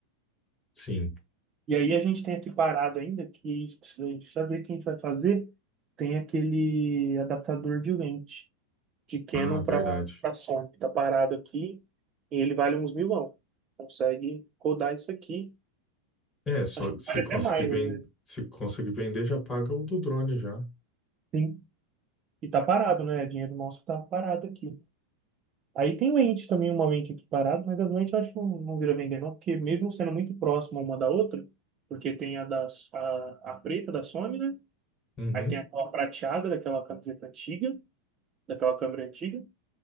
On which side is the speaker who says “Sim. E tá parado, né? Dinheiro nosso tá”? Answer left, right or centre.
Right